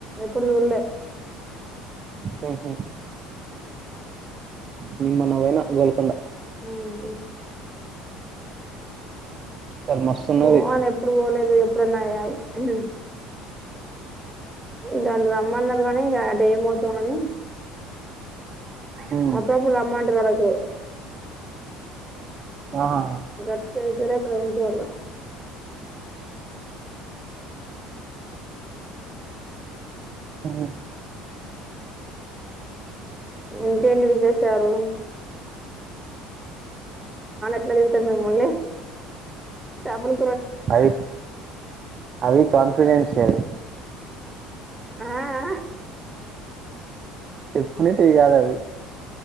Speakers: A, in the centre; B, on the right.
A: ఎప్పుడు జూళ్ళే
B: హ్మ్ హు నేను మొన్న పోయినా గోల్కండ
A: హ్మ్
B: అసలు మస్తున్నది
A: పోవాల ఎప్పుడు పోలేదు ఎప్ ప్రణయాలు, హుహు ఇంగా నన్ రమ్మన్నరు కానీ అంటే ఏం పోతావ్ అని
B: ఉమ్.
A: అప్పురప్పురు రమ్మంట రగు
B: ఆహా.
A: గట్ కె జర <unintelligible> చూల్ల
B: ఆహ
A: ఇంకేంటి విశేషాలు ఎట్ల తింతది మిమ్మల్ని, చేపల్
B: అవి, అవి కాన్ఫిడెన్స్ సరే
A: ఆ ఆ
B: ఉప్పు నీటివి కాదవి